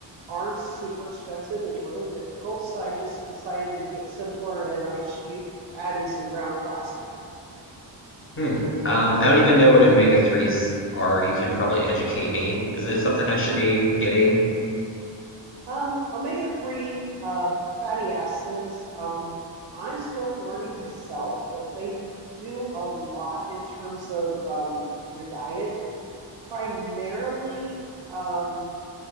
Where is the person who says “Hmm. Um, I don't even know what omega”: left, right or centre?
Left